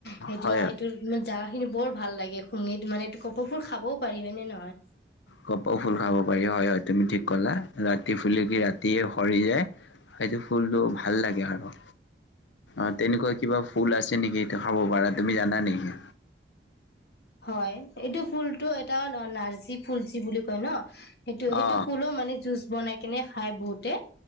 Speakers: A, on the left; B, on the left.
A: সেইদিনা
B: হয়
A: সেইটো জাগা খিনি বৰ ভাল লাগে শুঙি মানে কপৌ ফুল‌ খাবও পাৰি হয় নে নহয়?
B: কপৌ ফুল খাব পাৰি হয় হয় তুমি ঠিক কলা ৰাতি ফুলি কি ৰাতিয়ে সৰি যায় সেইটো ফুলটো ভাল লাগে আৰু অ তেনেকুৱা কিবা ফুল আছে নেকি সেটো খাব পাৰা তুমি জানা নেকি‌?
A: হয় এইটো ফুলটো এটা ন নাৰ্জী ফুলচি বুলি কয় ন সেইটো সেইটো
B: অ
A: ফুলো মানে জুচ বনাই কেনে খাই বহুতে